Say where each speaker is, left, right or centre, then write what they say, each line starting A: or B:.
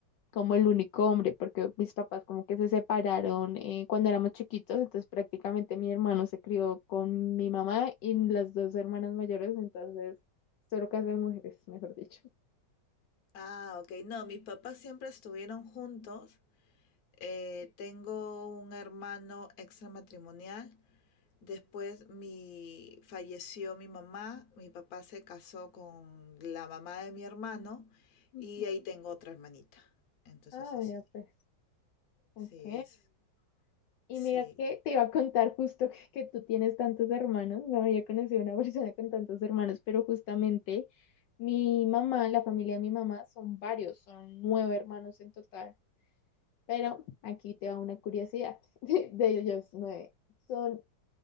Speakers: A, on the left; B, on the left.
A: como el único hombre, porque mis papás como que se separaron eh, cuando éramos chiquitos, entonces prácticamente mi hermano se crió con mi mamá y las dos hermanas mayores, entonces solo casa de mujeres, mejor dicho.
B: Ah, ok, no, mis papás siempre estuvieron juntos. Eh, tengo un hermano extramatrimonial Después mi, falleció mi mamá, mi papá se casó con la mamá de mi hermano
A: Ujú.
B: y ahí tengo otra hermanita. Entonces
A: Ah,
B: así,
A: mira,
B: sí
A: pues, ok.
B: sí es,
A: Y
B: sí.
A: mira que te iba a contar justo <laughs> que, que tú tienes tantos hermanos, no había conocido una <laughs> persona con tantos hermanos, pero justamente mi mamá, la familia de mi mamá son varios, son nueve hermanos en total, pero aquí te va una curiosidad <laughs> de, de ellos nueve. Son